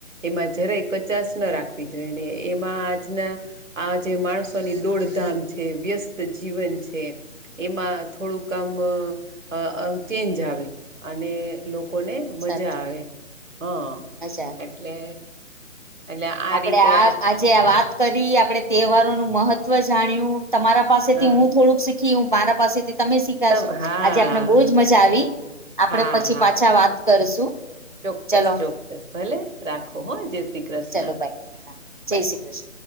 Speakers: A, on the right (about 70°); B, on the left (about 40°).
A: એમાં જરાય કચાસ ન રાખવી જોઈને એમાં આજના આ જે માણસોની દોડધામ છે. વ્યસ્ ત જીવન છે. એમાં થોડુંક આમ અ ચેન્જ આવે. અને લોકોને મજા
B: સાચી
A: આવે. હહ
B: મજા
A: એટલે એટલે આ
B: આપણેે
A: રીતે
B: આ આજે આ વાત કરી આપણે તહેવારોનું મહત્વ જાણ્યું, તમારા પાસેથી
A: હા
B: હું થોડુંક શીખ ખી હું મારા પાસેથી તમે શીખ ખ્યા
A: તમ
B: હશો.
A: હા
B: આજે આપને બહુ જ મજા આવી. આપડે
A: હા
B: પછી
A: હા
B: પાછા વાત કરશું.
A: ચોક્કસ
B: ચલો
A: ચોક્કસ. ભલે રાખો હહ જય શ્રી કૃષ્ણ.
B: ચલો બાય હા જય
A: બાય
B: શ્રી કૃષ્ણ